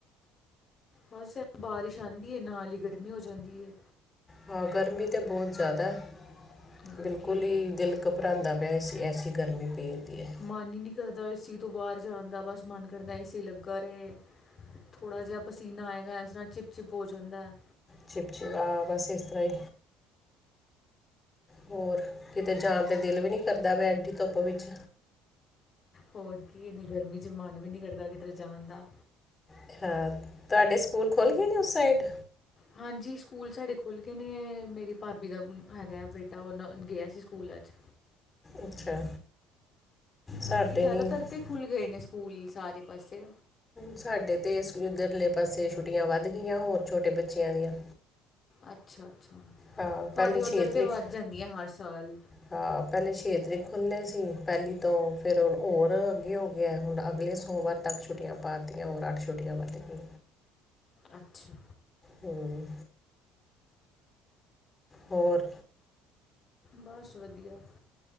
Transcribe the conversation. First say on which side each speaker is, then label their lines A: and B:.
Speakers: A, on the left; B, on the left.
A: ਬਸ ਬਾਰਿਸ਼ ਆਉਂਦੀ ਨਾਲ ਹੀ ਗਰਮੀ ਹੋ ਜਾਂਦੀ ਹੈ।
B: ਹਾਂ, ਗਰਮੀ ਤਾਂ ਬਹੁਤ ਜ਼ਿਆਦਾ
A: ਹੋਰ
B: ਬਿਲਕੁਲ
A: ਕੀ
B: ਹੀ ਦਿਲ ਘਬਰਾਉਂਦਾ ਪਿਆ ਇਸ ਐਸੀ ਗਰਮੀ ਪਈ ਦੀ ਹੈ।
A: ਮਨ ਹੀ ਨਹੀਂ ਕਰਦਾ ਏਸੀ ਤੋਂ ਬਾਹਰ ਜਾਣ ਦਾ ਬਸ ਮਨ ਕਰਦਾ ਏਸੀ ਲੱਗਾ ਰਹੇ। ਥੋੜ੍ਹਾ ਜਿਹਾ ਪਸੀਨਾ ਆਏਗਾ ਇਸ ਤਰਾ ਚਿਪ ਚਿਪ ਹੋ ਜਾਂਦਾ ਹੈ।
B: ਚਿਪਚਿਪਾ ਆਹ ਬਸ ਇਸ ਤਰ੍ਹਾਂ ਹੀ ਹੋਰ ਕਿਤੇ ਜਾਣ ਤੇ ਦਿਲ ਵੀ ਨਹੀਂ ਕਰਦਾ ਪਿਆ ਐਡੀ ਧੁੱਪ ਵਿੱਚ
A: ਹੋਰ ਕੀ ਇੰਨੀ ਗਰਮੀ 'ਚ ਮਨ ਵੀ ਨਹੀਂ ਕਰਦਾ ਕਿਧਰੇ ਜਾਣ ਦਾ।
B: ਅਛਾ, ਤੁਹਾਡੇ ਸਕੂਲ ਖੋਲ੍ਹ ਗਏ ਨੇ ਉਸ ਸਾਈਡ।
A: ਹਾਂਜੀ, ਸਕੂਲ ਸਾਡੇ ਖੁਲ੍ਹ ਗਏ ਨੇ ਮੇਰੀ ਭਾਬੀ ਦਾ ਹੈਗਾ ਬੇਟਾ ਉਹ ਨ ਗਿਆ ਸੀ ਸਕੂਲ ਅੱਜ
B: ਅੱਛਾ,
A: ਬਾਕੀ
B: ਸਾਡੇ
A: ਜ਼ਿਆਦਾ
B: ਨਹੀਂ
A: ਤਰ ਤਾਂ ਖੁੱਲ ਗਏ ਨੇ ਸਕੂਲ ਸਾਰੇ ਪਾਸੇ
B: ਸਾਡੇ ਤੇ ਇੱਧਰਲੇ ਪਾਸੇ ਛੁੱਟੀਆਂ ਵੱਧ ਗਈਆਂ ਹੋਰ ਛੋਟੇ ਬੱਚਿਆਂ ਦੀਆਂ
A: ਅੱਛਾ, ਅੱਛਾ
B: ਹਾਂ
A: ਤੁਹਾਡੇ
B: ਪਹਿਲੇ
A: ਉੱਧਰ ਤਾਂ
B: ਤਰੀਕ
A: ਵੱਧ ਜਾਂਦੀਆਂ ਹਰ ਸਾਲ
B: ਪਹਿਲੇ ਛੇ ਤਰੀਕ ਖੁੱਲ੍ਹੇ ਸੀ ਪਹਿਲੀ ਤੋਂ ਫਿਰ ਹੋਰ ਅੱਗੇ ਹੋ ਗਿਆ ਹੁਣ ਅਗਲੇ ਸੋਮਵਾਰ। ਤਕ ਛੁਟਿਆਂ ਪਾ ਤੀਆਂ ਹੋਰ ਅੱਠ ਛੁੱਟ ਵੱਧ ਗਿਆ।
A: ਅੱਛਾ,
B: ਹੂੰ, ਹੋਰ
A: ਬਸ ਵਧੀਆ।